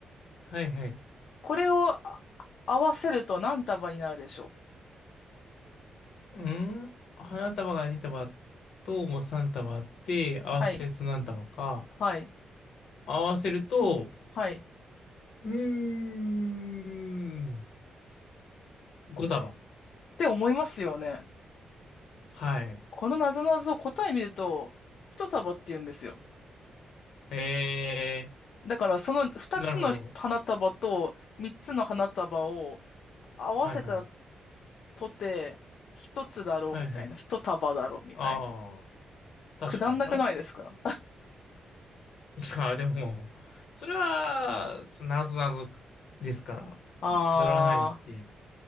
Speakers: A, on the left; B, on the left.
A: はい。はい。
B: これをあ合わせると何束になるでしょう
A: うん。花束が2束ともう3束あって、合わせると何束か。
B: はい、はい、
A: 合わせると、
B: はい。っ
A: うーん。5束。
B: て思いますよね。
A: はい。
B: このなぞなぞ答え見ると、1束って言うんですよ。
A: え
B: だからその2つの花束と3つの花束を
A: ー、なるほど。
B: 合わせた
A: はいはい。
B: とて1つだろうみたいな、
A: はいはい。
B: 1束だろうみたいな。
A: ああ、確かにな。
B: くだんなくないですか
A: いや、でも、それは、なぞなぞですから、
B: <laughs> ああ
A: くだらないって。